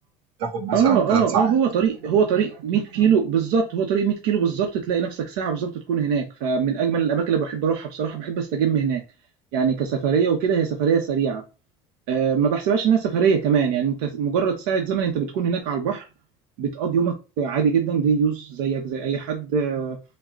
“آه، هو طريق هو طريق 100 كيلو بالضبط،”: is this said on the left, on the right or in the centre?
Right